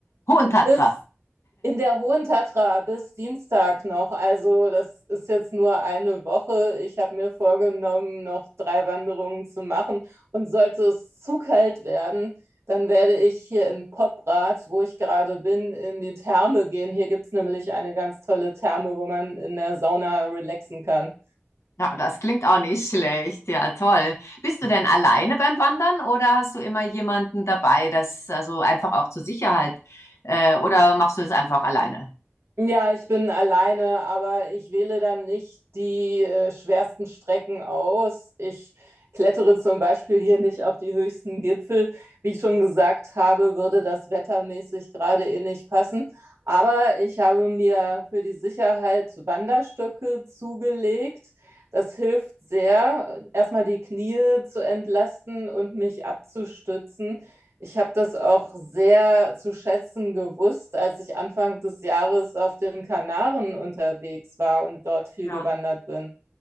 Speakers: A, on the left (about 85°); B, on the right (about 70°).
A: Hohen Tatra.
B: bis in der Hohen Tatra bis Dienstag noch. Also das ist jetzt nur eine Woche. Ich habe mir vorgenommen, noch drei Wanderungen zu machen. Und sollte es zu kalt werden, dann werde ich hier in Poprad, wo ich gerade bin, in die Therme gehen. Hier gibt es nämlich eine ganz tolle Therme, wo man in der Sauna relaxen kann.
A: Ja, das klingt auch nicht schlecht. Ja, toll. Bist du denn alleine beim Wandern oder hast du immer jemanden dabei, das also einfach auch zur Sicherheit, äh, oder machst du es einfach alleine?
B: Ja, ich bin alleine, aber ich wähle dann nicht die äh, schwersten Strecken aus. Ich klettere zum Beispiel hier nicht auf die höchsten Gipfel. Wie ich schon gesagt habe, würde das wettermäßig gerade eh nicht passen. Aber ich habe mir für die Sicherheit Wanderstöcke zugelegt. Das hilft sehr, erstmal die Knie zu entlasten und mich abzustützen. Ich habe das auch sehr zu schätzen gewusst, als ich Anfang des Jahres auf den Kanaren unterwegs war und dort viel
A: Ja,
B: gewandert bin.